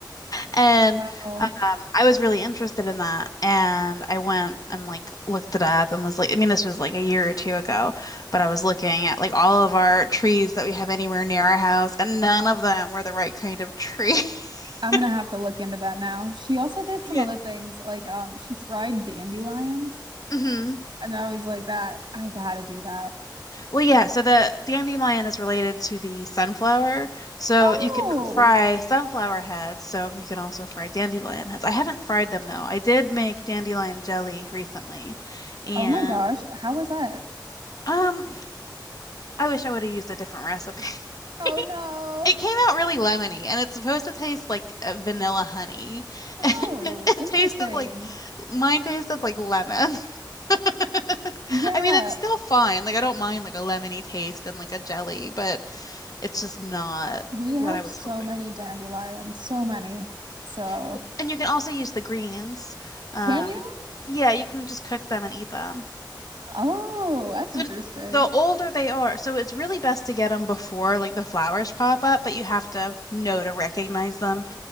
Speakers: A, on the left (about 50°); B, on the right (about 80°).
A: And
B: Wow.
A: um, I was really interested in that, and I went and like looked it up and was like, I mean, this was like a year or two ago, but I was looking at like all of our trees that we have anywhere near our house, and none of them were the right kind of tree. <laughs>
B: I'm gonna have to look into that now. She also did some
A: Yeah.
B: other things, like um, she fried dandelions,
A: Mhm.
B: and I was like, that I gotta do that.
A: Well, yeah, so the dandelion is related to the sunflower. So
B: Oh,
A: you can fry sunflower heads, so you can also fry dandelion heads. I haven't fried them though. I did make dandelion jelly recently, and
B: oh my gosh, how was that?
A: um, I wish I would have used a different recipe.
B: Oh
A: <laughs>
B: no.
A: It came out really lemony, and it's supposed to taste like uh, vanilla honey.
B: Oh,
A: <laughs> It
B: interesting.
A: tasted like mine tasted like lemon. <laughs> I
B: Yeah,
A: mean, it's still fine. Like I don't mind like a lemony taste and like a jelly, but it's just not
B: we have
A: what I was
B: so
A: hoping.
B: many dandelions, so many. So,
A: Well, and you can also use the greens. Um,
B: can you?
A: yeah, you can just cook them and eat them.
B: Oh, that's
A: So
B: interesting.
A: the older they are, so it's really best to get them before like the flowers pop up, but you have to know to recognize them.